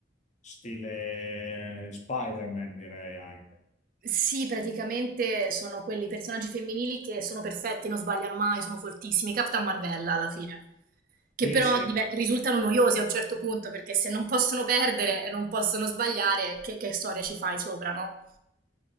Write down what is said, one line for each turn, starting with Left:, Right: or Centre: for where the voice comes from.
Left: stile Spider-Man, direi anche.
Right: Sì, praticamente sono quelli personaggi femminili che sono perfetti, non sbagliano mai, sono fortissimi. Captain Marvella alla fine, che
Left: Sì,
Right: però
Left: sì,
Right: dive- risultano noiosi a un certo punto perché se non possono perdere e non possono sbagliare, che, che storia ci fai sopra, no?